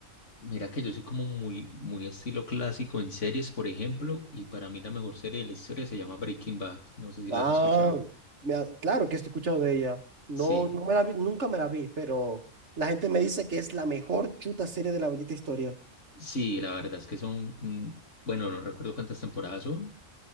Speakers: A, on the left; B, on the right.
A: Mira que yo soy como muy, muy estilo clásico en series, por ejemplo, y para mí la mejor serie de la historia se llama Breaking Bad. No sé si la
B: Ah,
A: has escuchado.
B: me ha- claro que he escuchado de ella. No,
A: Sí,
B: no me la vi, nunca me la vi, pero la gente me dice que es la mejor chuta serie de la bendita historia.
A: sí, la verdad es que son, mm, bueno, no recuerdo cuántas temporadas son,